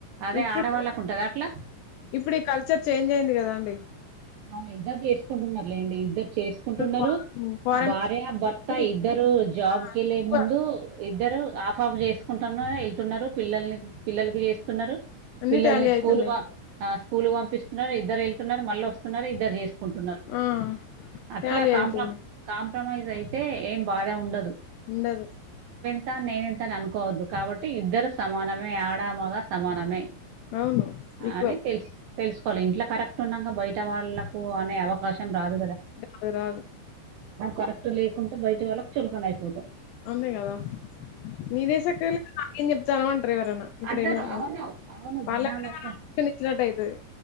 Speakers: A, on the right (about 75°); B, on the left (about 80°).
A: అదే
B: ఇప్పుడు
A: ఆడవాళ్ళకు ఉంటదా అట్లా
B: ఇప్పుడు ఈ కల్చర్ చేంజ్ అయింది గదా అండి
A: ఆ ఇద్దరు జేసుకుంటున్నారు లేండి ఇద్దరు చేసుకుంటున్నారు
B: ఫారెన్ ఫారెన్
A: భార్య
B: కంట్రీ
A: బర్తా ఇద్దరు జాబ్
B: ఆ!
A: కెళ్లే
B: ఈక్వల్
A: ముందు ఇద్దరు ఆఫ్ ఆఫ్ చేసుకుంటాన్నారు ఎళ్తున్నారు పిల్లల్ని పిల్లలకి జేస్తున్నారు
B: అన్ని
A: పిల్లల్ని
B: టాలీ
A: స్కూల్
B: అయితున్నాయి
A: వా ఆ స్కూల్ కి పంపిస్తున్నారు ఇద్దరు వెళ్తున్నారు మళ్ళీ వస్తున్నారు ఇద్దరు జేస్ కుంటున్నారు
B: ఆ
A: అట్లా
B: టాలీ
A: కాంప్ర
B: అయితుంది
A: కాంప్రమైజ్ అయితే ఏం బాధ ఉండదు
B: ఉండదు
A: తే నేనేంత అని అనుకోవద్దు కాబట్టి ఇద్దరు సమానమే ఆ ఆడ మగా సమానమే
B: అవును ఈక్వల్
A: అని తెల్స్ తెల్సుకోల్ల ఇంట్లో కరెక్ట్ ఉన్నంగ బయట వాళ్ళలకు అనే అవకాశం రాదు గద
B: రాదు రాదు
A: కరెక్ట్ లేకుండా బయట వాళ్ళకు చులకన అయిపోతం
B: అంతే గదా నీదే సక్కగ లేదు నాకేం జెప్తాన్నావ్ అం ఎవరన్నా ఇప్పుడు
A: అంటారు
B: ఏమన్నా
A: అవును అవును
B: వాళ్ళకి
A: జనాలు
B: కూడా
A: అట్లా
B: మనం ఆలోచన ఇచ్చినట్టు అయితది.